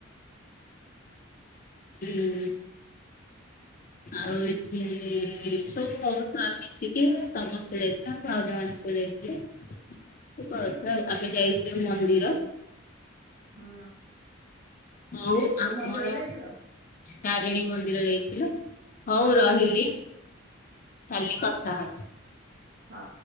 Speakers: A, on the left; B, on the right.
A: ହୁଁ। ଆଉ ଏଠି ସବୁ ବହୁତ ଆଡୁ ମିଶିକି ସମସ୍ତେ ଯାଇଥିଲେ ଆମ ଭାଉଜ ମାନେ ସବୁ ଯାଇଥିଲେ। କଥା ଆମେ ଯାଇଥିଲୁ ମନ୍ଦିର,
B: ହୁଁ।
A: ମୋର
B: କୋଉ
A: ଆମର
B: ମନ୍ଦିର ଯାଇଥିଲ
A: ତାରିଣୀ ମନ୍ଦିର ଯାଇଥିଲୁ ହଉ ରହିଲି କାଲି କ ତାହା
B: ହ।